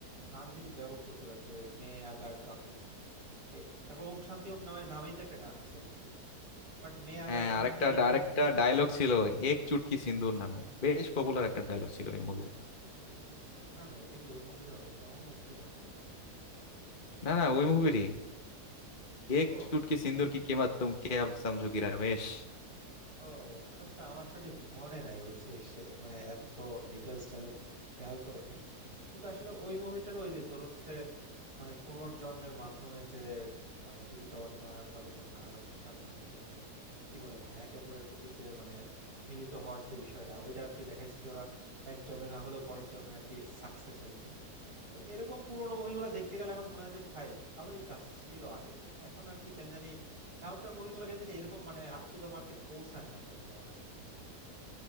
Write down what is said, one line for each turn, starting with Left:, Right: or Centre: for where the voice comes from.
Right: গান কিন্তু ব্যাপক প্রচলন যে মে আগার কাহু এ, তারপর ওম শান্তি ওম নামে নামেই তো একটা গান আছে বুঝছিস বাট মে আগার
Left: হ্যাঁ
Right: কাহু
Left: আরেকটা আরেকটা ডায়লগ ছিল এক চুটকি সিন্দুর নামে বেশ পপুলার একটা ডায়লগ ছিল এই মুভির
Right: এক চুটকিস- না না এটা কি ওই মুভির হবে এটা অন্য মুভির হবে মনে হয়।
Left: না
Right: বুঝছিস?
Left: না ওই মুভিরই এক
Right: ও
Left: চুটকি সিন্দুর কি কেমাত তুম কে আব সমঝোগিরা বেশ
Right: ও আচ্ছা আমার সঠিক মনে নাই বুঝছিস এ মানে এত ডিটেলস ডায়লগ খেয়াল করে নাই কিন্তু আসলে ওই মুভিটার ওই যে তোর হচ্ছে মানে পুনর্জন্মের মাধ্যমে যে মানে দীপিকা পাদুনা- পাদুকোণ আর হচ্ছে শাহরুখ খানের যে মানে কি বলে মানে একে অপরের প্রতি যে মানে মিলিত হওয়ার যে বিষয়টা ওইটা আর কি দেখাইছে যে ওরা এক জন্মে না হলেও পরের জন্মে আর কি সাকসেস হয়েছে তো এরকম পুরোনো মুভিগুলো দেখতে গেলে এখন মনে হয় যে ভাই ভালোই কাজ ছিল আগে এখন আর কি কেন জানি এখনকার মুভিগুলো কেন জানি এরকম মানে আপ টু দা মার্কে পৌঁছায় না কেন জানি আমার কাছে মনে হয়